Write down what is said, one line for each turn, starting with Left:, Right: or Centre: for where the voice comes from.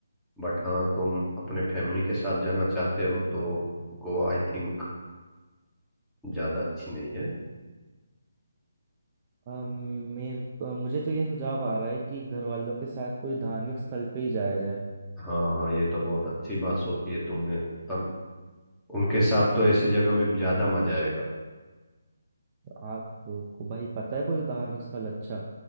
Centre: बट हाँ तुम अपने फैमिली के साथ जाना चाहते हो तो गोवा आई थिंक ज़्यादा अच्छी नहीं है
Right: अम, मेरे अ, मुझे तो ये सुझाव आ रहा है कि घर वालों के साथ कोई धार्मिक स्थल पे ही जाया जाए
Centre: हाँ हाँ ये तो बहुत अच्छी बात सोची है तुमने तब उनके साथ तो ऐसी जगह में ज़्यादा मज़ा आएगा
Right: आपको भाई पता है कोई धार्मिक स्थल अच्छा